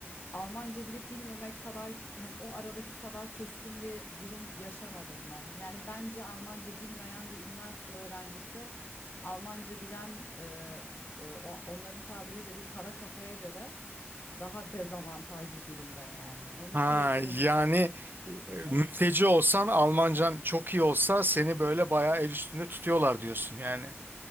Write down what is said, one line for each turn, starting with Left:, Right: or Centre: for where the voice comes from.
Left: Almanca bilip bilmemek kadar hani o aradaki kadar keskin bir durum yaşamadım ben. Yani bence Almanca bilmeyen bir üniversite öğrencisi Almanca bilen e, e, o- onların tabiriyle bir kara kafaya göre daha dezavantajlı durumda yani. Onu
Right: Ha
Left: sürekli benim
Right: yani e, e,
Left: evet
Right: mülteci olsan Almancan çok iyi olsa seni böyle bayağı el üstünde tutuyorlar diyorsun yani.